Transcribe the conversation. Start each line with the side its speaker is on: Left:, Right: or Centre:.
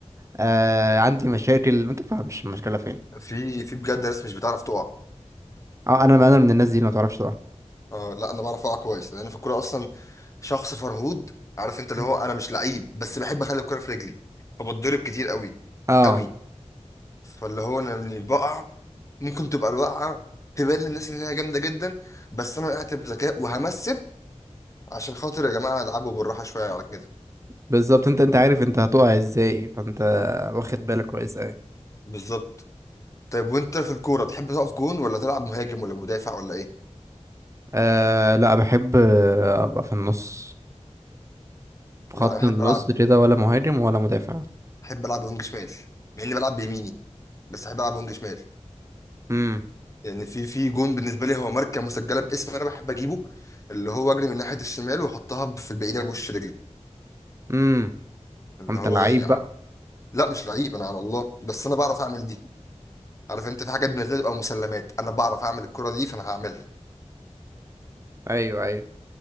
Right: آه عندي مشاكل ما تفهمش المشكله فين
Left: في في بجد ناس مش بتعرف تقع
Right: اه انا انا من الناس دي اللي ما تعرفش تقع
Left: اه لا انا بعرف اقع كويس لان انا في الكوره اصلا شخص فرهود عارف انت اللي
Right: مم.
Left: هو انا مش لعيب بس بحب اخلي الكرة في رجلي فبتضرب كتير قوي
Right: اه
Left: قوي فاللي هو انا يعني بقع ممكن تبقى الوقعة تبان للناس ان هي جامدة جدا بس انا وقعت بذكاء وهمثل عشان خاطر يا جماعة العبوا بالراحة شوية على كده
Right: بالظبط انت انت عارف انت هتقع ازاي فانت واخد بالك كويس اوي
Left: بالظبط طيب وانت في الكورة تحب تقف جون ولا تلعب مهاجم ولا مدافع ولا ايه
Right: آه لا بحب آه، ابقى في النص في
Left: لا
Right: خط
Left: انا احب
Right: النص
Left: العب
Right: كده ولا مهاجم ولا مدافع
Left: احب العب وينج شمال مع اني بلعب بيميني بس احب العب وينج شمال
Right: امم
Left: يعني في في جون بالنسبه لي هو ماركه مسجله باسم انا بحب اجيبه اللي هو اجري من ناحيه الشمال واحطها في البعيده بوش رجلي
Right: امم
Left: اللي
Right: انت
Left: هو
Right: لعيب
Left: يعني عارف
Right: بقى
Left: لا مش لعيب انا على الله بس انا بعرف اعمل دي عارف انت في حاجات بالنسبه لي بتبقى مسلمات انا بعرف اعمل الكره دي فانا هعملها
Right: ايوه ايوه